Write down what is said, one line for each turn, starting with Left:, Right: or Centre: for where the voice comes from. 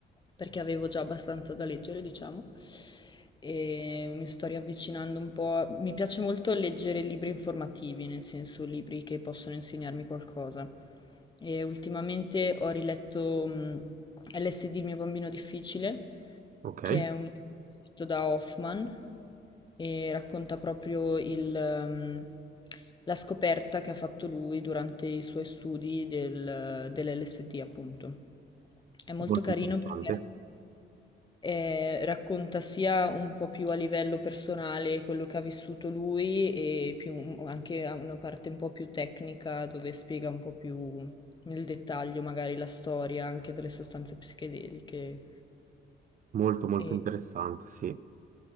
Left: perché avevo già abbastanza da leggere, diciamo, e mi sto riavvicinando un po'. a- Mi piace molto leggere libri informativi, nel senso libri che possono insegnarmi qualcosa. E ultimamente ho riletto mh, LSD, il mio bambino difficile,
Right: ok,
Left: che è un libro scritto da Hoffman e racconta proprio il, ehm, la scoperta che ha fatto lui durante i suoi studi del, dell'LSD, appunto. È molto
Right: molto
Left: carino
Right: interessante,
Left: perché eh, racconta sia un po' più a livello personale quello che ha vissuto lui e più, anche a una parte un po' più tecnica dove spiega un po' più nel dettaglio magari la storia anche delle sostanze psichedeliche.
Right: molto molto
Left: E,
Right: interessante, sì.